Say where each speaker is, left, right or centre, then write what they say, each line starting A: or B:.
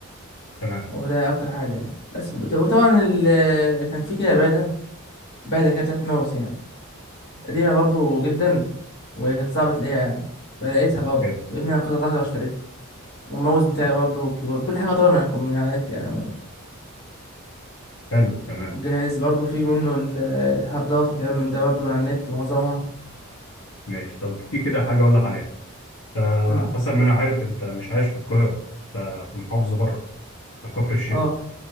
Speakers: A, on the left; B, on the left.
A: تمام
B: هو ده اكتر حاجه يعني بس وط- وطبعا ال... كان في كده باده باده كده بتاعت ماوس يعني كانت قديمه برضه جدا وكانت صعبه تلاقيها يعني فلقيتها برضه
A: حلو
B: جبت منها قطعه واحده واشتريتها والماوس بتاعي برضه والكيبورد كل حاجه طبعا من على الكم- من على النت يعني عموماً.
A: حلو تمام
B: والجهاز برضه في منه ال- الهاردات وكلام من ده برضه من على النت معظمها
A: ماشي طب في كده حاجة اقول لك عليها انت
B: امم
A: حسب ما انا عارف انت مش عايش في القاهرة انت في محافظة بره في كفر الشيخ
B: اه